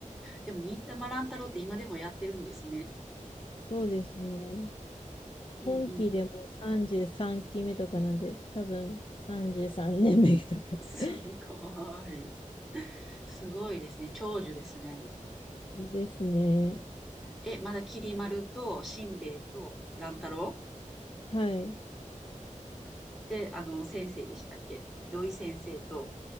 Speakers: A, in the centre; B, on the left (about 40°).
A: でも、忍たま乱太郎って今でもやってるんですね。
B: そうですね。
A: うんうん。
B: 今期でも33期目とかなんで、多分33年目とか
A: すごい。
B: <laughs>
A: すごいですね。長寿ですね。
B: ですね。
A: え、まだきり丸としんべヱと乱太郎
B: はい。
A: って、あの、先生でしたっけ土井先生と